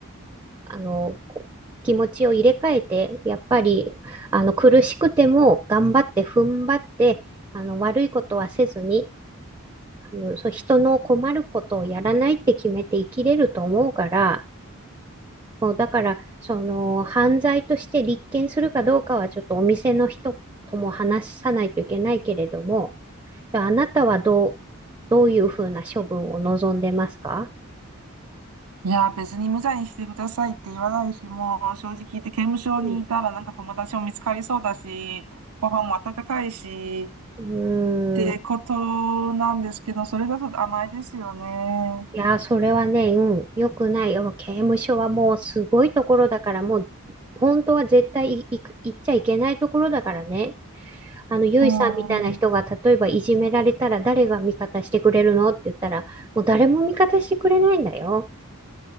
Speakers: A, on the right; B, on the right.
A: あの、こ気持ちを入れ替えて、やっぱり、あの、苦しくても頑張って踏ん張って、あの、悪いことはせずに、あの、そう、人の困ることをやらないって決めて生きれると思うから、もうだから、その、犯罪として立件するかどうかはちょっとお店の人とも話さないといけないけれども、じゃあ、あなたはどう、どういうふうな処分を望んでますか
B: いや、別に無罪にしてくださいって言わないし、もう正直言って刑務所にいたらなんか友達も見つかりそうだし、
A: うん。
B: ご飯も温かいし、
A: うーん
B: ってことなんですけど、それだと甘いですよね。
A: いやー、それはね、うん、良くないよ。刑務所はもうすごいところだから、もう本当は絶対い行く行っちゃいけないところだからね。あの、ゆいさんみたいな人が例えばいじめられたら誰が味方してくれるのって言ったら、
B: うん。い
A: もう誰も味方してくれないんだよ。